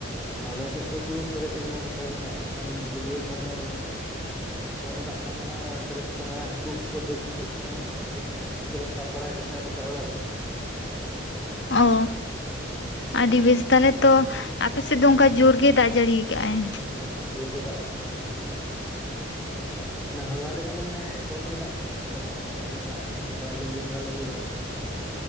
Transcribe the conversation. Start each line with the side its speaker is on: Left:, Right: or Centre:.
Centre: ᱟᱞᱮ ᱥᱮᱫ ᱫᱚ ᱯᱩᱨᱟᱹ ᱯᱮᱨᱮᱡ ᱟᱠᱟᱱᱟ ᱜᱚᱴᱟ ᱜᱮ ᱦᱟᱸᱜ ᱮᱠᱷᱚᱱ ᱜᱟᱹᱰᱭᱟᱹ ᱠᱚᱦᱚᱸ ᱠᱚᱢ ᱫᱟᱜ ᱛᱟᱦᱮᱸ ᱠᱟᱱᱟ ᱯᱮᱨᱮᱡ ᱟᱠᱟᱱᱟ ᱦᱟᱹᱠᱩ ᱠᱚᱠᱚ ᱫᱟᱹᱲ ᱪᱩᱫᱚᱜ ᱠᱟᱱᱟ ᱟᱫᱚ ᱩᱱᱠᱩᱜᱮᱞᱮ ᱥᱟᱵ ᱵᱟᱲᱟᱭᱮᱫ ᱠᱚ ᱛᱟᱦᱮᱸᱱᱟ ᱥᱮᱛᱟᱜ ᱵᱮᱲᱟ ᱫᱚ
Left: ᱚ
Centre: ᱦᱮᱸ
Left: ᱟᱹᱰᱤ ᱵᱮᱥ ᱛᱟᱞᱮ ᱛᱚ ᱟᱯᱮᱥᱮᱫ ᱫᱚ ᱚᱱᱠᱟ ᱡᱳᱨ ᱜᱮᱭ ᱫᱟᱜ ᱡᱟᱹᱲᱤᱭᱟ ᱟᱠᱟᱫᱟᱭ
Centre: ᱦᱮᱸ ᱡᱳᱨ ᱜᱮ ᱫᱟᱜ ᱟᱠᱟᱫᱟᱜ ᱢᱟᱱᱮ ᱦᱚᱞᱟ ᱫᱮ ᱠᱷᱟᱱ ᱫᱚ ᱢᱟᱱᱮ ᱠᱚᱢ ᱜᱮ ᱫᱟᱜ ᱜᱚᱫ ᱵᱟᱝ ᱛᱟᱦᱮᱸ ᱠᱟᱱᱟ ᱫᱟᱜ ᱠᱚ ᱾ ᱚᱱᱠᱟ ᱞᱤᱸᱜᱤ ᱦᱚᱸ ᱵᱟᱝ ᱞᱤᱜᱤ ᱵᱟᱲᱟᱜ ᱠᱟᱱ ᱛᱟᱦᱮᱸᱫ ᱾